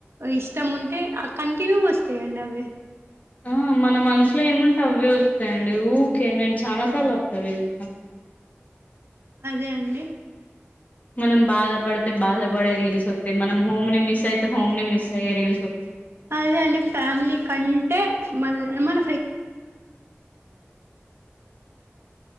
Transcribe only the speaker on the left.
ఆ మన మనసులో ఏముంటే అవ్వె వస్తాయండి ఊకే నేను చాలా సార్లు అబ్జర్వ్ చేసిన
మనం బాధపడితే బాధపడే రీల్స్ వా మనం హోమ్ ని మిస్ అయితే హోమ్ ని మిస్ అయ్యే రీల్స్ వత్తయ్